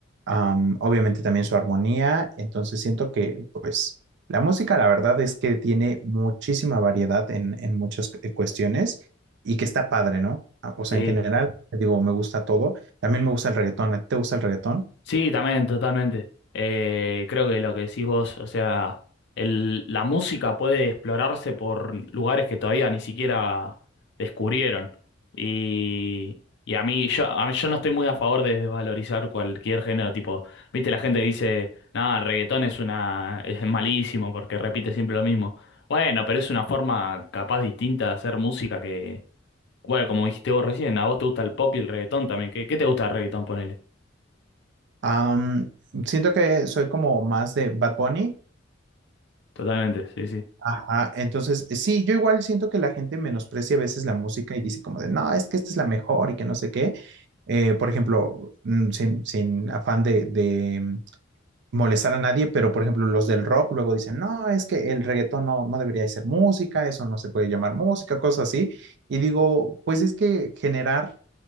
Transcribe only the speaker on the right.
Am, obviamente también su armonía, entonces siento que pues la música la verdad es que tiene muchísima variedad en, en muchas cu- eh, cuestiones y que está padre, ¿no? Ah, O sea,
en general, te digo, me gusta todo, también me gusta el reggaetón, ¿a ti te gusta el reggaetón?
Am, siento que soy como más de Bad Bunny.
Ajá, entonces eh, sí, yo igual siento que la gente menosprecia a veces la música y dice como de, no, es que esta es la mejor y que no sé qué. Eh, por ejemplo, mm, sin, sin afán de, de molestar a nadie, pero por ejemplo los del rock luego dicen, no, es que el reggaetón no, no debería de ser música, eso no se puede llamar música, cosas así. Y digo, pues es que generar